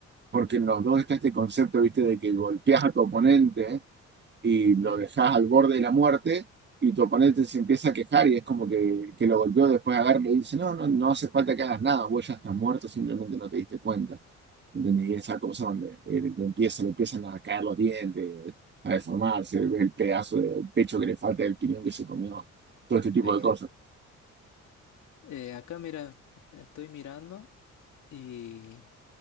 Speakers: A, on the right; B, on the left.
A: Porque en los dos está este concepto, ¿viste? De que golpeas a tu oponente y
B: Ujú.
A: lo dejas al borde de la muerte y tu oponente se empieza a quejar y es como que, que lo golpeó, después agarra y le dice, no, no, no hace falta que hagas nada, vos ya estás muerto, simplemente no te diste cuenta. ¿entendés? Y esa cosa donde eh, le empiezan, le empiezan a caer los dientes, a deformarse, ves el pedazo del pecho que le falta, el piñón que se comió, todo este tipo
B: Sí.
A: de cosas.
B: Eh, acá mira, estoy mirando y